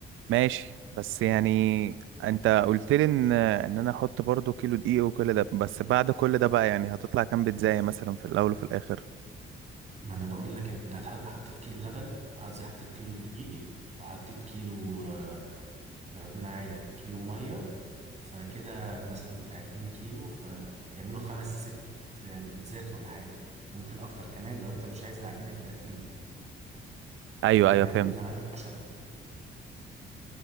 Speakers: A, on the right; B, on the right.
A: ماشي بس يعني انت قلت لي ان ان انا احط برضو كيلو دقيق وكل ده بس بعد كل ده بقى يعني هتطلع كام بيتزاية مثلا في الاول وفي الاخر
B: ما انا بقول لك انت هتحط حطيت كيلو لبن قصدي حطيت كيلو دقيق وحطيت كيلو آه، آه، قول معايا كيلو ميه فكده مثلا قول بتاع 2 كيلو فيعملوا خمس ست آه، بيتزات ولا حاجه ويمكن اكتر كمان لو انت مش عايز العجينه تبقى تقيله
A: ايوه
B: ممكن
A: ايوه
B: يعملوا
A: فهمت
B: 8 10